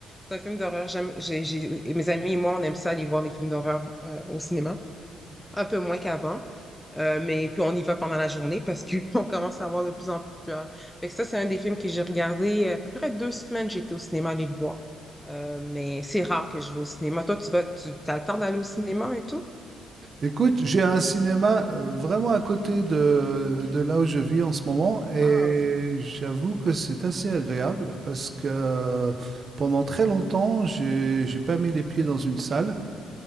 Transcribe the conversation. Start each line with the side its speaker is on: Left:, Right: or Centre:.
Centre: c'est un film d'horreur. J'aime, j'ai, j'ai- et mes amis et moi, on aime ça aller voir les films d'horreur euh, au cinéma, un peu moins qu'avant. Euh, mais puis on y va pendant la journée parce qu'on <laughs> commence à avoir de plus en plus peur. Fait que ça, c'est un des films que j'ai regardé euh, à peu près deux semaines, j'étais au cinéma aller le voir. Euh, mais c'est rare que je vais au cinéma. Toi, tu vas, tu t'as le temps d'aller au cinéma et tout?
Right: Écoute, j'ai un cinéma euh, vraiment à côté de, de là où je vis en ce moment et
Centre: Ah,
Right: j'avoue que c'est assez agréable parce que euh, pendant très longtemps, j'ai, j'ai pas mis les pieds dans une salle